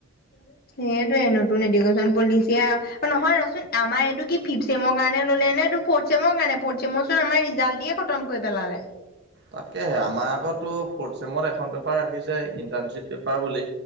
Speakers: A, on the left (about 45°); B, on the right (about 55°).
A: <inaudible> সেইটোয়ে নতুন এডুকেশ্যন পলিচিয়ে অ', নহয় ৰচোন আমাৰ এইটো কি ফিফ্ চেমৰ কাৰণে ললে নে এইটো। ফ'ৰ্থ চেমৰ কাৰণে ফ'ৰ্থ চেমৰচোন আমাৰ ৰিজাল্ট দিয়ে খতম কৰি পেলালে।
B: তাকেহে আমাৰ অক তোৰ ফৰ্থ চেমত এখন পেপাৰ ৰাখিছে ইন্টাৰ্ণশ্বিপ পেপাৰ বুলি।